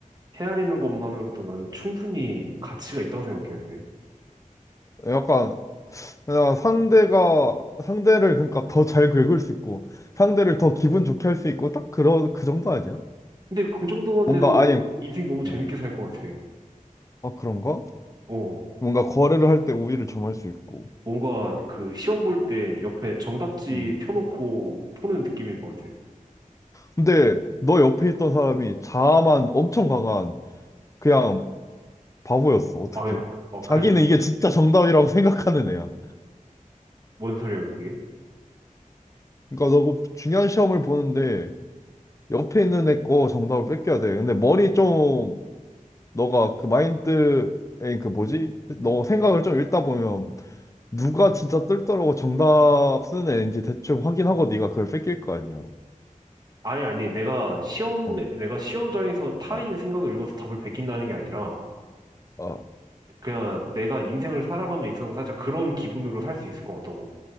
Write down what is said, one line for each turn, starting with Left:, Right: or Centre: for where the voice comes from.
Right: 헤아리는 것만으로도 난 충분히 가치가 있다고 생각했는데.
Left: 약간, 그냥 상대가, 상대를 그러니까 더 잘 긁을 수 있고, 상대를 더 기분 좋게 할 수 있고, 딱 그런, 그 정도 아니야?
Right: 근데 그 정도만
Left: 뭔가
Right: 돼도
Left: 아예,
Right: 인생 너무 재밌게
Left: 어,
Right: 살 것 같아.
Left: 아, 그런가?
Right: 어,
Left: 뭔가 거래를 할 때 우위를 점할 수 있고.
Right: 뭔가 그 시험 볼 때 옆에 정답지
Left: 음.
Right: 펴놓고 푸는 느낌일 것 같아.
Left: 근데 너 옆에 있던 사람이 자아만 엄청 강한 그냥 바보였어. 어떻게?
Right: 아, 그냥, 아,
Left: 자기는
Right: 그냥
Left: 이게 진짜 정답이라고 <laughs> 생각하는 애야.
Right: 뭔 소리야, 그게?
Left: 그러니까 너그 중요한 시험을 보는데 옆에 있는 애 거 정답을 뺏겨야 돼. 근데 머리 좀, 너가 그 마인드에 그 뭐지? 너 생각을 좀 읽다 보면 누가 진짜 뜰더라고 정답 쓰는 애인지 대충 확인하고 네가 그걸 뺏길 거 아니야.
Right: 아니, 아니, 내가 시험,
Left: 어,
Right: 내가 시험장에서 타인의
Left: 아,
Right: 생각을 읽어서 답을 베낀다는 게 아니라,
Left: 아,
Right: 그냥 내가 인생을 살아감에 있어서 살짝 그런 기분으로 살 수 있을 것 같다고.